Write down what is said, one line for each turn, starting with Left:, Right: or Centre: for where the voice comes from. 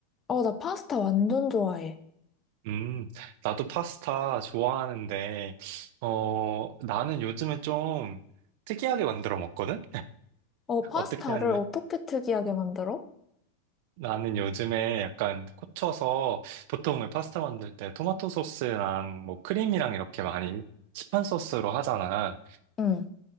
Left: 어, 나 파스타 완전 좋아해.
Right: 음, 나도 파스타 좋아하는데, 어, 나는 요즘에 좀 특이하게 만들어 먹거든?
Left: 어, 파스타를
Right: 어떻게 하냐?
Left: 어떻게 특이하게 만들어?
Right: 나는 요즘에 약간 꽂혀서 보통 파스타 만들 때 토마토 소스랑 뭐 크림이랑 이렇게 많이 시판 소스로 하잖아.
Left: 응,